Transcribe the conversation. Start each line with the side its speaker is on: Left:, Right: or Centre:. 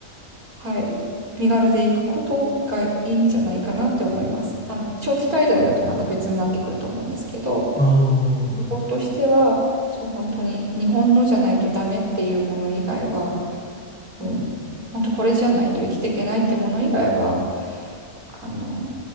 Right: はい、身軽で行くことがいいんじゃないかなって思います。あの長期滞在だとまた別になってくると思うんですけど、
Centre: ああ、なるほど。
Right: 旅行としてはそう本当に日本のじゃないとダメっていうもの以外はもう本当これじゃないと生きていけないってもの以外はあの